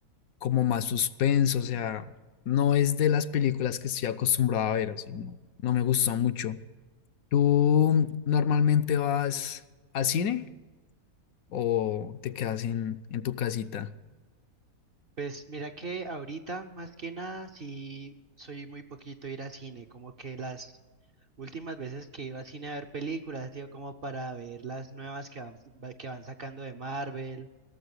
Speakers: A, on the left (about 70°); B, on the right (about 45°).
A: como más suspenso, o sea, no es de las películas que estoy acostumbrado a ver, o sea, no, no me gustó mucho. ¿Tú normalmente vas al cine o te quedas en, en tu casita?
B: Pues mira que ahorita, más que nada, sí soy muy poquito ir a cine, como que las últimas veces que iba a cine a ver películas, ha como para ver las nuevas que van, va- que van sacando de Marvel,